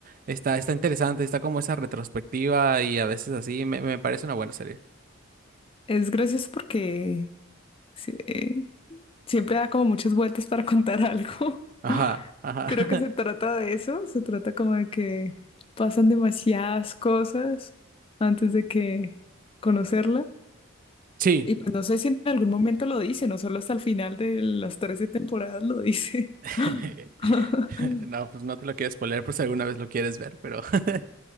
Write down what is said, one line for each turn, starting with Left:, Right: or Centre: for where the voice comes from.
Right: está, está interesante, está como esa retrospectiva y a veces así, me, me parece una buena serie.
Left: Es gracioso porque sí, eh, siempre da como muchas vueltas para contar algo.
Right: Ajá,
Left: <laughs>
Right: ajá.
Left: Creo que se trata de eso, se trata como de que pasan demasiadas cosas antes de que conocerla.
Right: <laughs> sí
Left: Y pues no sé si en algún momento lo dice, no solo hasta el final de las 13 temporadas lo dice.
Right: <laughs>
Left: <laughs>
Right: No, pues no te lo quiero spoiler por si alguna vez lo quieres ver, pero... <laughs>